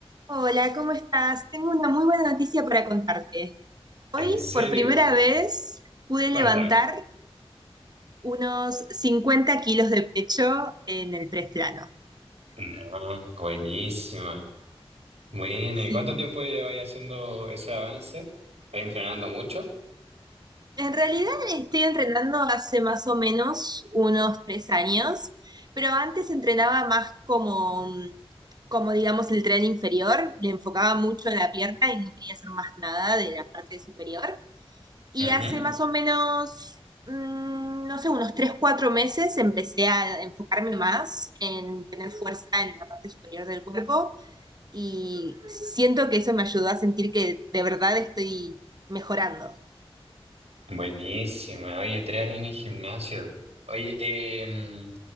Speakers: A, on the right (about 40°); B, on the right (about 85°).
A: Hola, ¿cómo estás? Tengo una muy buena noticia para contarte. Hoy,
B: ¿En serio?
A: por primera vez, pude
B: Cuéntame.
A: levantar unos 50 kilos de pecho en el press plano.
B: No, buenísimo. Bueno,
A: Sí.
B: ¿y cuánto tiempo lleváis haciendo ese avance? ¿Vais entrenando mucho?
A: En realidad estoy entrenando hace más o menos unos tres años, pero antes entrenaba más como, como digamos, el tren inferior, le enfocaba mucho en la pierna y no quería hacer más nada de la parte superior. Y
B: Ujú.
A: hace más o menos, mm, no sé, unos tres cuatro meses empecé a enfocarme más en tener fuerza en la parte superior del cuerpo y siento que eso me ayudó a sentir que de verdad estoy mejorando.
B: Buenísima. Oye, tres años en el gimnasio. Oye, em,